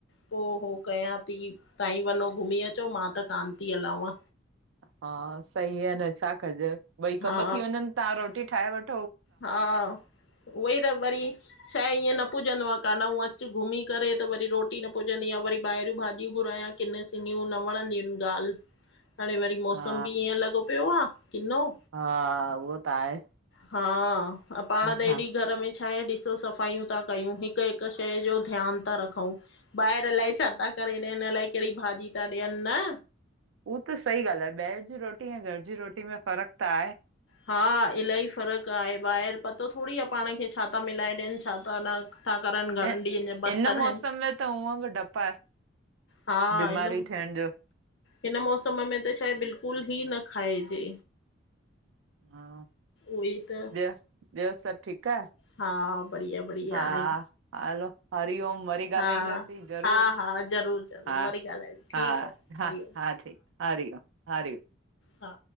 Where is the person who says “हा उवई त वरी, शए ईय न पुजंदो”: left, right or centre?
Left